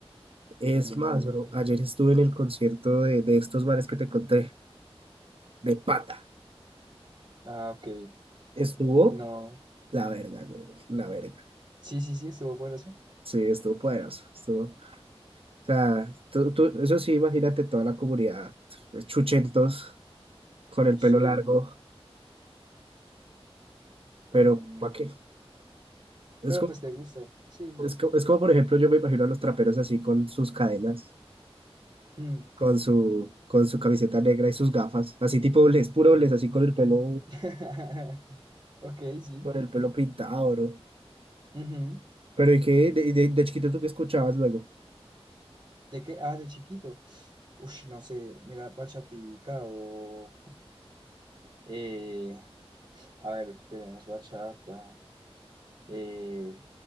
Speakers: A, on the right; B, on the right.
A: Es
B: Mm,
A: más, bro, ayer estuve en el concierto de, de estos bares que te conté, de Pata.
B: ah, ok.
A: Estuvo
B: No.
A: la verga, güey, la verga.
B: Sí, sí, sí, estuvo bueno eso.
A: Sí, estuvo poderoso, estuvo sea, tú, tú- eso sí, imagínate toda la comunidad, pues, chuchentos, con el
B: Sí.
A: pelo largo, pero
B: Mm,
A: ¿para qué? Es
B: pero
A: como,
B: pues te gusta. Sí.
A: es como, es como, por ejemplo, yo me imagino a los traperos así con sus cadenas,
B: Mm.
A: con su, con su camiseta negra y sus gafas, así tipo les puro les así con el pelo,
B: <laughs> Ok, sí.
A: con el pelo pintado, ¿no?
B: Ujú.
A: Pero ¿y qué? De, de, de chiquito tú qué escuchabas luego?
B: ¿De qué? Ah, de chiquito. Uf, no sé, mira, bachatica o... eh, a ver, tenemos bachata. Eh,